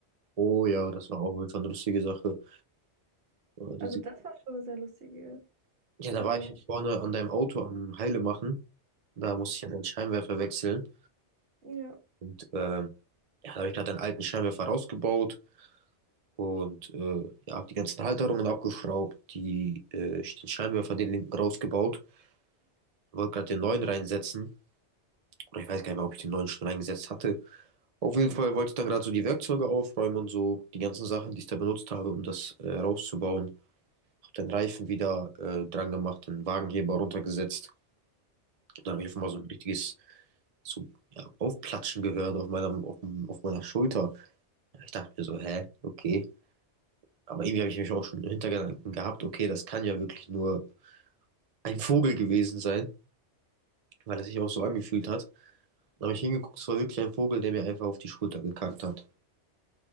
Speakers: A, on the right; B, on the right.
A: Oh ja, das war auch auf jeden Fall eine lustige Sache. Äh, Diese
B: Also das war schon eine sehr lustige.
A: Ja, da
B: Äh,
A: war ich vorne an deinem Auto am Heile machen. Da musste ich ja den Scheinwerfer wechseln.
B: ja.
A: Und ähm, ja, da habe ich gerade einen alten Scheinwerfer rausgebaut und äh, ja, habe die ganzen Halterungen abgeschraubt, die, äh, den Scheinwerfer, den linken rausgebaut. Wollte gerade den neuen reinsetzen. Oder ich weiß gar nicht mehr, ob ich den neuen schon reingesetzt hatte. Auf jeden Fall wollte ich dann gerade so die Werkzeuge aufräumen und so, die ganzen Sachen, die ich da benutzt habe, um das äh, rauszubauen. Hab den Reifen wieder äh, dran gemacht, den Wagenheber runtergesetzt. Und dann habe ich einfach mal so ein richtiges so ja, aufplatschen gehört auf meiner, auf, auf meiner Schulter. Ich dachte mir so, hä, okay. Aber irgendwie habe ich mich auch schon im Hintergedanken gehabt, okay, das kann ja wirklich nur ein Vogel gewesen sein, weil es sich auch so angefühlt hat. Dann habe ich hingeguckt, es war wirklich ein Vogel, der mir einfach auf die Schulter gekackt hat.